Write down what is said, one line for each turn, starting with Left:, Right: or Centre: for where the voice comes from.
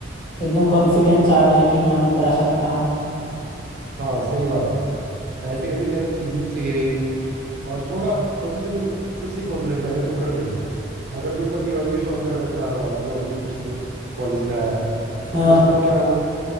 Left: एकदम कॉन्फिडेंस आ जाए कि हाँ मैं कर सकता हूँ
Right: हाँ सही बात है ऐसे करके तेरा चीजें भी सही रहेंगी और थोड़ा मतलब तेरे को खुद से ही कॉन्फिडेंस आ गया तू कर देगा अगर तू उनका पीवाईक्यू सॉल्व कर रहा है पुराना वाला जो अभी दूसरी कॉलेज में आया तो
Left: हाँ
Right: उससे तेरे को क्या होगा